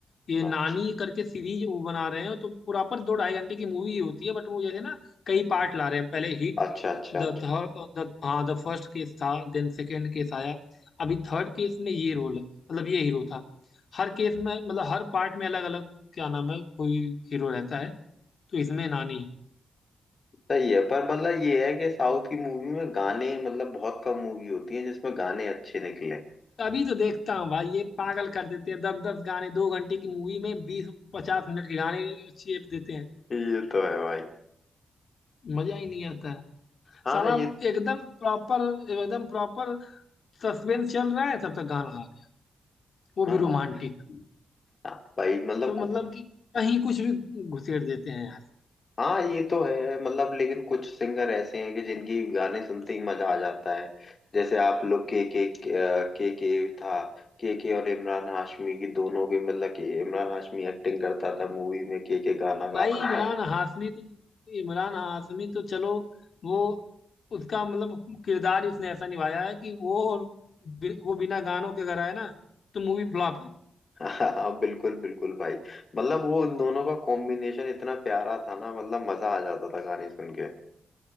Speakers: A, on the left; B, on the left.
A: ये
B: हाँ।
A: नानी करके सीरीज वो बना रहे हैं तो पूरा पर दो ढाई घंटे की मूवी ही होती है बट वो जैसे ना कई पार्ट ला रहे हैं पहले हिट
B: हाँ। अच्छा अच्छा
A: द
B: अच्छा
A: थर्ड द हाँ द फर्स्ट केस था देन सेकेंड केस आया अभी थर्ड केस में ये रोल है मतलब ये हीरो था हर केस में मतलब हर पार्ट में अलग अलग क्या नाम है कोई हीरो रहता है तो इसमें नानी है
B: सही है पर मतलब ये है कि साउथ की मूवी में गाने मतलब बहुत कम मूवी होती है जिसमें गाने अच्छे निकले
A: अभी तो देखता हूँ भाई ये पागल कर देते हैं दस दस गाने दो घंटे की मूवी में बीस पचास मिनट के गाने चेप देते हैं
B: ये तो है भाई
A: मजा ही नहीं आता है।
B: हाँ
A: साला
B: ये
A: एकदम प्रॉपर एकदम प्रॉपर सस्पेंस चल रहा है तब तक गाना आ गया वो भी
B: हाँ
A: रोमांटिक
B: हाँ, भाई मतलब
A: तो मतलब
B: कु-
A: कि कहीं कुछ भी घुसेड़ देते हैं यार
B: हाँ ये तो है मतलब लेकिन कुछ सिंगर ऐसे हैं कि जिनकी गाने सुनते ही मजा आ जाता है जैसे आप लोग के के के के था के के और इमरान हाशमी की दोनों के मतलब कि इमरान हाशमी एक्टिंग करता था मूवी में के के गाना गाता
A: भाई इमरान
B: था
A: हाशमी तो इमरान हाशमी तो चलो वो उसका मतलब किरदार ही उसने ऐसा निभाया है कि वो बि, वो बिना गानों के अगर आए ना तो मूवी फ्लॉप है
B: <laughs> हाँ बिल्कुल बिल्कुल भाई मतलब वो उन दोनों का कॉम्बिनेशन इतना प्यारा था ना मतलब मजा आ जाता था गाने सुन के